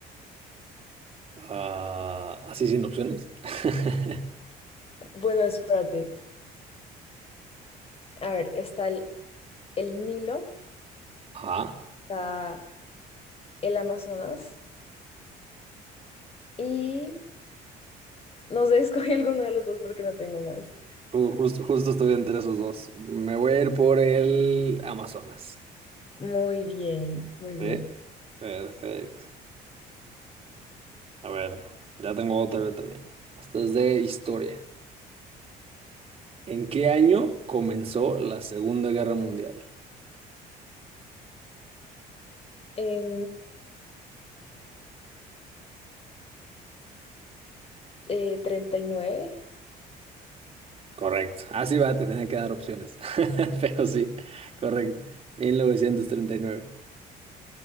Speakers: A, on the right (about 35°); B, on the left (about 35°).
A: Ah, ¿así sin opciones? <laughs>
B: Bueno, espérate. A ver, está el el Nilo,
A: Ah,
B: está el Amazonas y no sé, <laughs> escogí alguno de los dos porque no tengo más.
A: ju- justo, justo estoy entre esos dos. Me voy a ir por el Amazonas.
B: Muy bien, muy bien.
A: Sí, perfecto. A ver, ya tengo otra también. Esta es de historia. ¿En qué año comenzó la Segunda Guerra Mundial?
B: En 1939,
A: Correcto. Así va a te tener que dar opciones. <laughs> Pero sí, correcto. mil novecientos treinta y nueve,